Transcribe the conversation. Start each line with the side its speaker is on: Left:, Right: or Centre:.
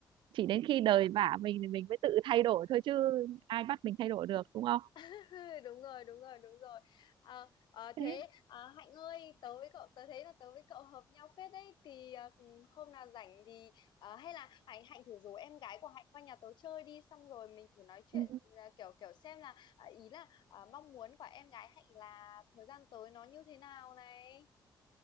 Right: chỉ đến khi đời vả mình thì mình mới tự thay đổi thôi chứ ai bắt mình thay đổi được đúng không
Left: <laughs> đúng rồi đúng rồi đúng rồi Ờ, ờ, thế
Right: thế
Left: ờ, Hạnh ơi tớ với cậu tớ thấy là tớ với cậu hợp nhau phết đấy thì ờ, ừ, hôm nào rảnh thì ờ, hay là Hạnh Hạnh thử rủ em gái của Hạnh qua nhà tớ chơi đi xong rồi mình thử nói chuyện
Right: ừ.
Left: ờ, kiểu kiểu xem là ờ, ý là ờ, mong muốn của em gái Hạnh là thời gian tới nó như thế nào này